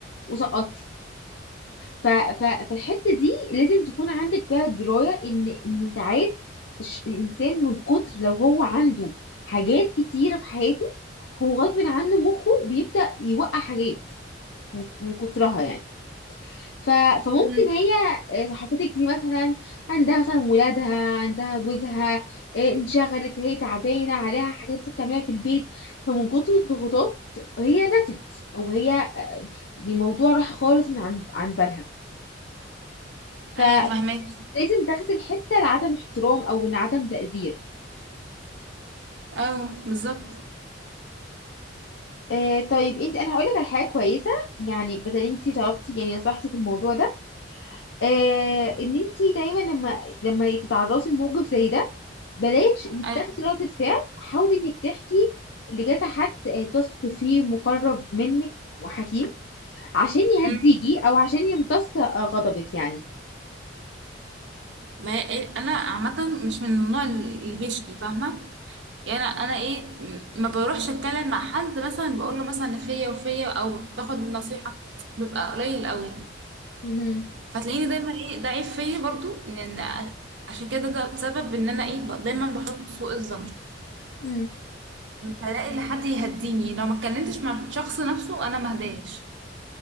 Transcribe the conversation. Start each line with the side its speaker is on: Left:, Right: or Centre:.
Left: وسقطتي ف... ف... فالحته دي لازم تكون عندك بيها درايه ان ان ساعات الش- الانسان من كتر لو هو عنده حاجات كتيره في حياته هو غصب عنه مخه بيبدا يوقع حاجات من من كترها يعني ف... فممكن
Right: مم.
Left: هي آه، صاحبتك دي مثلا عندها مثلا ولادها عندها جوزها آه، انشغلت هي تعبانه عليها حاجات لسه بتعملها في البيت فمن كتر الضغوطات هي نست او هي الموضوع راح خالص من عن عن بالها فلازم
Right: ايوه فاهمك
Left: تغزل حته لعدم احترام او إن عدم تقدير
Right: ايوه بالظبط
Left: آه طيب انت انا هقول لك على حاجه كويسه يعني بدل انت طلبتي يعني نصحتي في الموضوع ده آه ان انت دايما لما لما تتعرضي لموقف زي ده بلاش انك
Right: أيوة.
Left: تاخدي ردة فعل حاولي انك تحكي لجاز حد آه، بتثقي فيه ومقرب منك وحكيم عشان يهديكي
Right: مم.
Left: او عشان يمتص آه، غضبك يعني
Right: ما هي- إيه، انا عامة مش من النوع اللي بيشكي فاهمة يعني انا أنا ايه م- ما بروحش اتكلم مع حد مثلا بقول له مثلا فيا وفيا او باخد النصيحه بيبقى قليل قوي
Left: مهم.
Right: فتلاقيني دايما ايه ده عيب فيا برضو لان عشان كده ده سبب ان انا ايه ب- دايما بحط سوء الظن
Left: مم.
Right: مش هلاقي لحد يهديني لو ما اتكلمتش مع الشخص نفسه انا ما اهداش